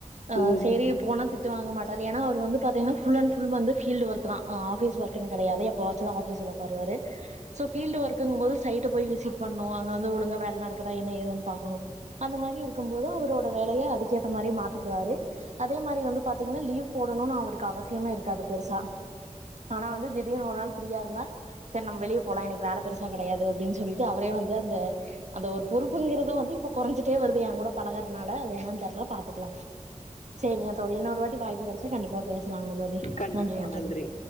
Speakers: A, on the right; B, on the left.
A: ஆஹ்
B: ம்
A: சரி போனாது திட்டு வாங்க மாட்டாரு அவர் வந்து பாத்தீனா பல் புல் வந்து பீல்ட் ஒர்க் தான் ஆபிஸ் ஒர்க்னு கிடையாது எப்பயாச்சிதா ஆபிஸ் ஒர்க் வருவாரு சோ பீல்ட் ஒர்க்கு போது சைட் போய் விசிட் பண்ணணும் அங்க வந்து ஒழுங்க வேலை நடக்குதா என்ன ஏதுன்னு பாக்கணும் அந்த மாதிரி இருக்கும்போது அவரோட வேலையை அதுக்கேற்ற மாதிரி மாத்திக்குவாரு அதே மாதிரி வந்து பாத்தீங்கன்னா லீவ் போடணும்னு அவருக்கு அவசியமே இருக்காது பெருசா ஆனா வந்து திடீன்னு ஒரு நாள் ப்ரீயா இருந்தா சரி நம்ம வெளியே போலாம் இன்னக்கு வெளிய போலா வேலை பெருசா அதெல்லா கிடையாது அப்படின்னு சொல்லிட்டு அவரே வந்து அந்த அந்த ஒரு பொறுப்புங்கிறது வந்து இப்ப குறைஞ்சிட்டே வருது என் கூட பழகுறதுனால அது என்னன்ன தெர்ல பாத்துக்கலாம் சரிங்க தோழி இன்ன ஒரு வாட்டி வாய்ப்பு கிடச்ச கண்டிபா பேசு லாங்க தோழி
B: கண்டிப்பா
A: நன்றிங்க
B: நன்றி
A: தோழி